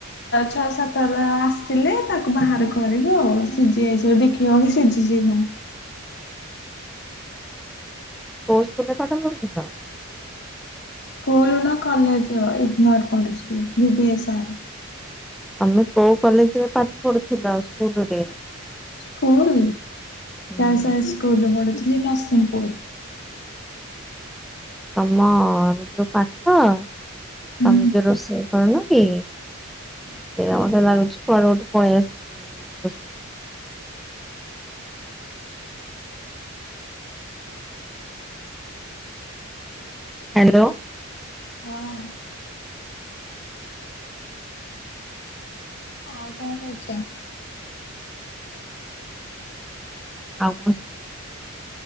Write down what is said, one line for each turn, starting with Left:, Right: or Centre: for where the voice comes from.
Left: ଛଅ ସାତ ଆସିଲେ ତାକୁ ବାହାର କରିବୁ ଆଉ ସିଝି ଆଇସିବ ଦେଖି କେଉଁଠି ଶିଝିଛି କି ନାହିଁ?
Centre: କଉ ସ୍କୁଲରେ ପାଠ ପଢୁଥିଲ?
Left: ସ୍କୁଲ ନା କଲେଜ ଇଗ୍ନୋର୍ ପଢ଼ୁଛି ବିିବି ଏସ୍ ଆର୍।
Centre: ତମେ କୋଉ କଲେଜରେ ପାଠ ପଢୁଥିଲ ସ୍କୁଲ ରେ?
Left: ସ୍କୁଲ
Centre: ହୁଁ
Left: ଗାସ୍ଲା ହାଇସ୍କୁଲରେ ପଢ଼ୁଥିଲି ନରସିଂହପୁର।
Centre: ତମ ର ଯୋଉ ପାଠ
Left: ହୁଁ।
Centre: ତମେ ଯୋଉ ରୋଷେଇ କରୁନ କି? ସେଇଟା ମତେ ଲାଗୁଛି କୁଆଡେ ଗୋଟେ ପଳେଇ ଆସିଛି ରୋଷେଇ ହ୍ୟାଲୋ
Left: ହଁ ଆଉ କଣ କରୁଛ?
Centre: ଆଉ କଣ ଶିଖିଛୁ